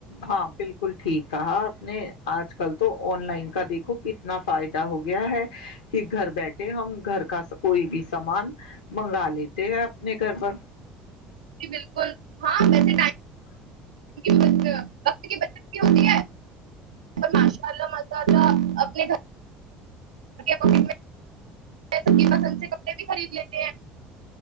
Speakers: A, on the left; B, on the right.
A: ہاں بالکل ٹھیک کہا آپ نے آج کل تو آن لائن کا دیکھو کتنا فائدہ ہو گیا ہے کہ گھر بیٹھے ہم گھر <unintelligible> کوئی بھی سامان منگا لیتے ہیں اپنے گھر پر
B: بالکل ہاں ویسے م
A: ہاں
B: مند وقت کی ب کی ہوتی ہے ماشاء اللہ اپنے گھر پند سے کپڑے بھی خرید لیتے ہیں